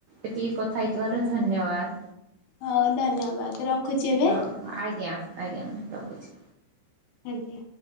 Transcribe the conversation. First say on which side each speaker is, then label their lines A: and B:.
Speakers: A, on the right (about 75°); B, on the left (about 70°).
A: ଏତିକି କଥା ହେଇଥିବାରୁ ଧନ୍ୟବାଦ।
B: ହଉ ଧନ୍ୟବାଦ ରଖୁଛି ଏବେ।
A: ହଉ ଆଜ୍ଞା ଆଜ୍ଞା ମୁଁ ରଖୁଛି।
B: ଆଜ୍ଞା।